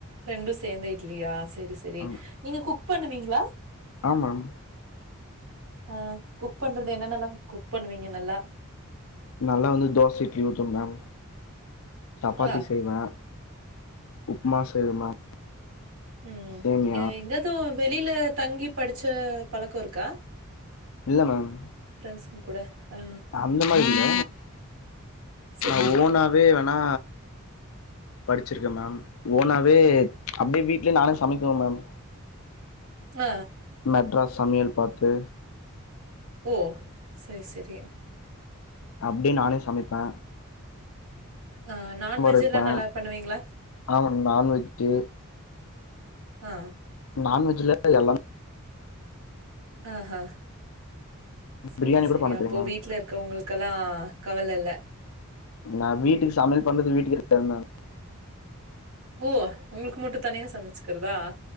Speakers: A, on the right; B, on the left.
A: ரெண்டும் சேர்ந்தே இட்லியா சரி சரி
B: ஆ
A: நீங்க குக் பண்ணுவீங்களா
B: ஆ மேம்
A: ஆ குக் பண்றது என்னன்னல்லா குக் பண்ணுவீங்க நல்லா
B: நல்லா வந்து தோச இட்லி ஊத்துவ மேம் சாப்பாத்தி
A: ஆ
B: செய்வே உப்புமா செய்வ மேம்
A: உம்
B: சேமியா
A: ஏன் எங்கதும் வெளில தங்கி படிச்ச பழக்கோ இருக்கா
B: இல்ல மேம்
A: ஃப்ரெண்ட்ஸ்ங்க கூட ஆ
B: அந்த மாரி இல்ல
A: சரி.
B: நா ஓனாவே வேணா படிச்சிருக்க மேம் ஓனாவே அப்டியே வீட்லயே நானே சமைக்குவேன் மேம்
A: அ
B: மெட்ராஸ் சமையல் பாத்து
A: ஓ சேரி சேரி
B: அப்டி நானே சமைப்பேன்
A: ஆ நான்வெஜ்
B: வைப்பே
A: எல்லாம் நல்லா பண்ணுவீங்களா
B: ஆமா நான்வெஜ்ஜு
A: ஆ
B: நான்வெஜ்ல எல்லா
A: அ ஆ சேரி
B: பிரியாணி கூட
A: சேரி
B: பண்ண தெரியு
A: அப்போ
B: மேம்
A: வீட்டுல இருக்கவுங்களுக்கு க்கெல்லாம் கவல இல்ல
B: நா வீட்டுக்கு சமையல் பண்றது வீட்டுக்கே தெரியாது மேம்
A: ஓ உங்களுக்கு மட்டும் தனியா சமைச்சுக்கிறதா